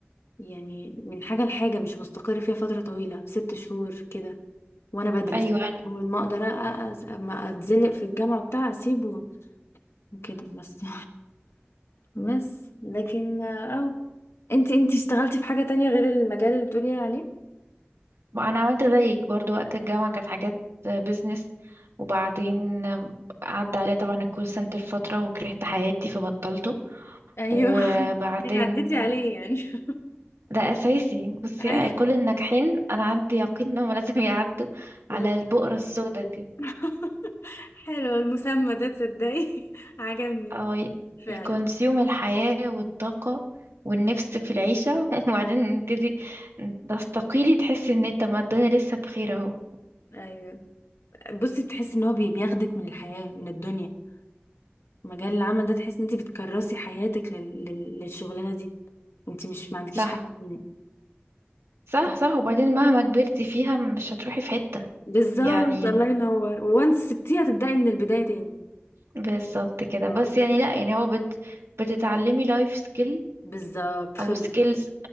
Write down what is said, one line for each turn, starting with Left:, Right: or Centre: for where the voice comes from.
Left: يعني من حاجة لحاجة مش مستقر فيها فترة طويلة ست شهور كده وأنا بدرس
Right: ايوه
Left: وما أقدر أ- أ- أما أتزنق في الجامعة بتاع أسيبه وكده بس <laughs> بس لكن اه انتي انتي اشتغلتي في حاجة تانية غير المجال اللي بتقولي عليه
Right: ما انا عملت زيك برضو وقت الجامعة كانت حاجات بيزنس وبعدين عدى عليا طبعا الكول سنتر فترة وكرهت حياتي فبطلته
Left: ايوه
Right: وبعدين
Left: <laughs> يعني عديتي عليه يعني <laughs>
Right: ده اساسي بصي
Left: ايوه
Right: كل الناجحين انا عندي يقين انهم <laughs> لازم يعدوا
Left: بس-
Right: على البؤرة السوداء دي
Left: <laughs> حلو المسمى ده تصدقي <laughs> عجبني
Right: او
Left: فعلا
Right: يكونسيوم الحياة والطاقة والنفس في العيشة <laughs> وبعدين تبتدي تستقيلي تحسي ان طب ما الدنيا لسه بخير اهو
Left: ايوه بصي تحسي ان هو بي- بياخدك من الحياة من الدنيا مجال العمل ده تحسي ان انت بتكرسي حياتك لل... لل... للشغلانة دي انت مش ما عندكيش
Right: صح
Left: حاجة تاني
Right: صح
Left: ف-
Right: صح وبعدين مهما كبرتي فيها مش هتروحي في حتة
Left: بالظبط
Right: يعني
Left: الله ينور وانت سبتيها تبدأي من البداية تاني
Right: بالظبط كده
Left: لو
Right: بس
Left: عوزتي
Right: يعني
Left: ترجعي.
Right: لا يعني هو بت بتتعلمي لايف سكيل
Left: بالظبط خبرة
Right: او سكيلز